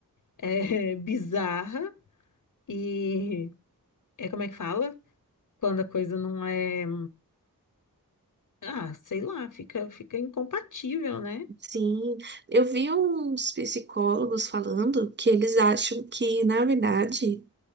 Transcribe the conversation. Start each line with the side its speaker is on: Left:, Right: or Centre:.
Left: é, <laughs> bizarra e... É como é que fala? Quando a coisa não é Ah, sei lá, fica, fica incompatível, né?
Right: Sim, eu vi uns psicólogos falando que eles acham que, na verdade,